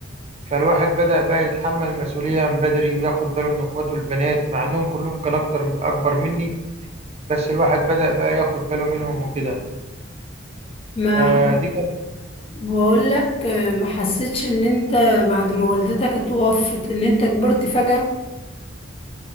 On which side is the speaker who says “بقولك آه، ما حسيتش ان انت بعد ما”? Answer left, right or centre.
Left